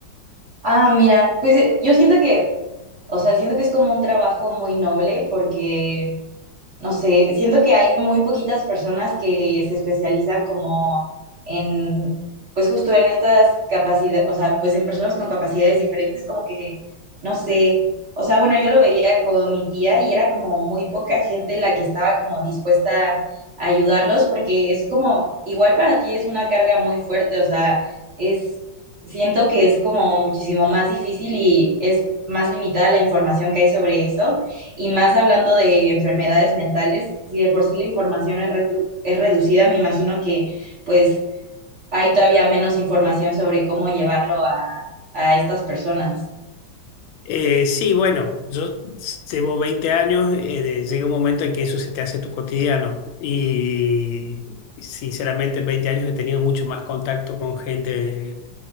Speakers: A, on the right; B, on the left.
A: Ah, mira, pues eh, yo siento que O sea, siento que es como un trabajo muy noble porque no sé, siento que hay muy poquitas personas que se especializan como en, pues justo en estas capacidades, o sea, pues en personas con capacidades diferentes, como que, no sé, o sea, bueno, yo lo veía con mi tía y era como muy poca gente la que estaba como dispuesta a ayudarlos, porque es como, igual para ti es una carga muy fuerte, o sea, es, siento que es como muchísimo más difícil y es más limitada la información que hay sobre eso y más hablando de enfermedades mentales, si de por sí la información es, redu es reducida, me imagino que pues hay todavía menos información sobre cómo llevarlo a, a estas personas.
B: Eh, sí, bueno, yo llevo 20 años, eh, de- llega un momento en que eso se te hace tu cotidiano y sinceramente en 20 años he tenido mucho más contacto con gente